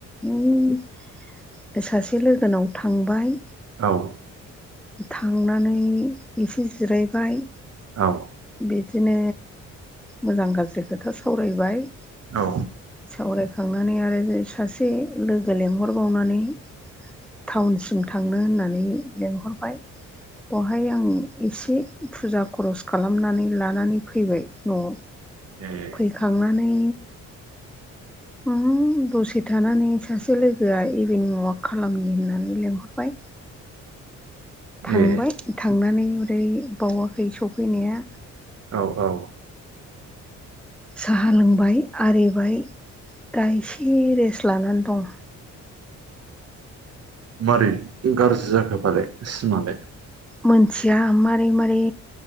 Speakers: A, in the centre; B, on the right.
A: ओ सासे लोगोनाव थांबाय
B: औ
A: थांनानै एसे जिरायबाय
B: औ
A: बिदिनो मोजां गाज्रि खोथा सावरायबाय।
B: औ
A: सावरायखांनानै आरो सासे लोगो लेंहरबावनानै टाउनसिम थांनो होननानै लेंहरबाय बेवहाय आं एसे फुजा खरस खालामनानै लानानै फैबाय न'आव।
B: ए
A: खांनानै उम दसे थानानै सासे लोगोआ इभिनिं अवाक खालामनि होननानै लेंहरबाय। थांबाय
B: ए
A: थांनानै ओरै बावाखै सफैनाया।
B: औ औ
A: साहा लोंबाय आरिबाय दा एसे रेस्ट लानानै दं।
B: मारै गाज्रि जाखोफालाय सिमालाय?
A: मोनथिया मारै मारै